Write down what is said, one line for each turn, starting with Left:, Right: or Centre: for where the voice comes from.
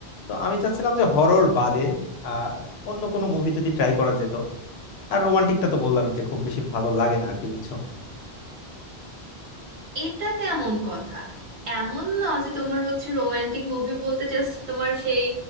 Left: তো আমি চাচ্ছিলাম যে হরর বাদে আর অন্য কোনো মুভি যদি ট্রাই করা যেত আর রোমান্টিকটা তো বললামই যে খুব বেশি ভালো লাগে না আর কি বুঝছো
Right: এটা কেমন কথা এমন না যে তোমার হচ্ছে রোমান্টিক মুভি বলতে জাস্ট তোমার সেই